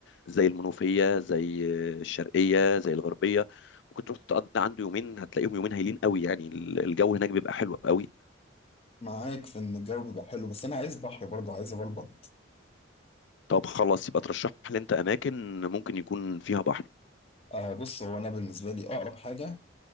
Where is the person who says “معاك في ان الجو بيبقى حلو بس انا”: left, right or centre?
Left